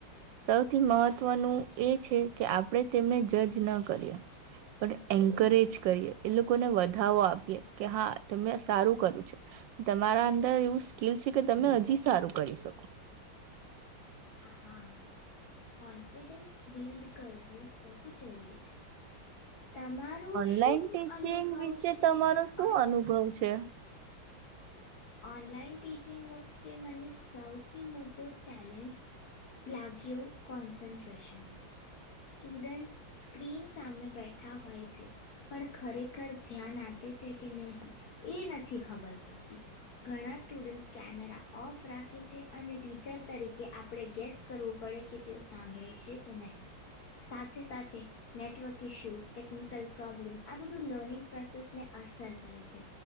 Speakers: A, on the right; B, on the left.
A: સૌથી મહત્વનું એ છે કે આપણેે તેમને જજ ન કરીએ પણ એન્કરેજ કરીએ એ લોકોને વધાવો આપીએ કે હા તમે સારું કરું છે તમારા અંદર એવું કીલ છે કે તમે હજી સારું કરી શકો
B: હા કોન્ફિડન્સ બિલ્ડ કરવું બહુ જરૂરી છે તમારો
A: ઓનલાઈન
B: શું
A: ટીચિંગ
B: અનુભવ
A: વિશે
B: છે
A: તમારો શું
B: અન
A: અનુભવ છે
B: ઓનલાઈન ટી ચિંગ વખતે મને સૌથી મોટો ચેલેન્જ લાગ્યો કોન્સન્ટ્રેશનનો સ્ટુડન્ટ સ્ક્રીન્સ સામે બેઠા હોય છે પણ ખરેખર ધ્યાન આપે છે કે ન એ નથી ખબર ખબર પડતી ઘણા સ્ટુડેન્ટસ કેમેરા ઓફ રાખ કે જે અને ટીચર તરીકે આપ આપણે ગેસ કરવું પડે કે તેઓ સાંભળે છે કે નહી સાથે સાથે નેટવર્ક ઇશ્યુ ટેકનિકલ પ્રોબ્લેમ આ બધું લર્નિંગ પ્રોસેસને અસર છે